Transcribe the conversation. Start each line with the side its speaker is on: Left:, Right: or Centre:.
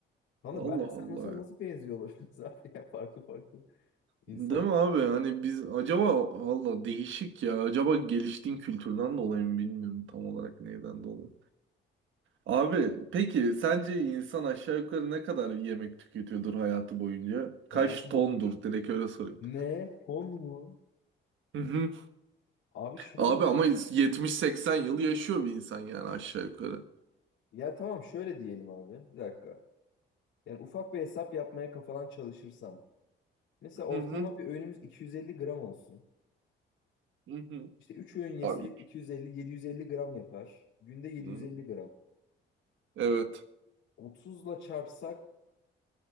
Left: Kanka
Right: Allah
Left: ben sen
Right: Allah.
Left: mesela nasıl benziyor olabiliriz abi <laughs> ya farklı farklı insanlar
Right: Değil mi abi? Hani biz acaba valla değişik ya. Acaba geliştiğin kültürden dolayı mı bilmiyorum tam olarak neyden dolayı. Abi peki sence insan aşağı yukarı ne kadar yemek tüketiyordur hayatı boyunca?
Left: hayatı
Right: Kaç tondur?
Left: bu.
Right: Direkt öyle sorayım.
Left: Ne? Ton mu?
Right: Hı hı.
Left: Abi şöyle
Right: Abi ama 70-80 yıl yaşıyor bir insan yani aşağı yukarı.
Left: ya tamam şöyle diyelim abi. Bir dakika. Yani ufak bir hesap yapmaya kafadan çalışırsam. Mesela ortalama
Right: Hı hı.
Left: bir öğünümüz 250 gram olsun.
Right: Hı hı.
Left: İşte 3 öğün yesek
Right: Abi.
Left: 250-750 gram yapar. Günde 750
Right: Hı.
Left: gram.
Right: Evet.
Left: 30'la çarpsak